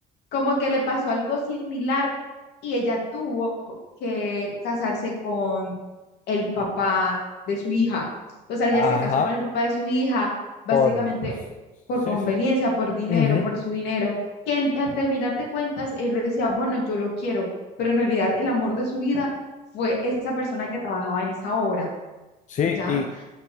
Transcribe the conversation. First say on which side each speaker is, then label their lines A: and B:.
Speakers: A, on the left; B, on the left.
A: como que le pasó algo similar y ella tuvo que casarse con el papá de su hija. O sea, ella
B: Ajá.
A: se casó con el papá de su hija, básicamente
B: Por... Sí,
A: por conveniencia,
B: sí.
A: por dinero,
B: Ujú.
A: por su dinero, que en- al terminar de cuentas, él decía, bueno, yo lo quiero, pero en realidad el amor de su vida fue esa persona que trabajaba en esa obra,
B: Sí,
A: ¿ya?
B: y,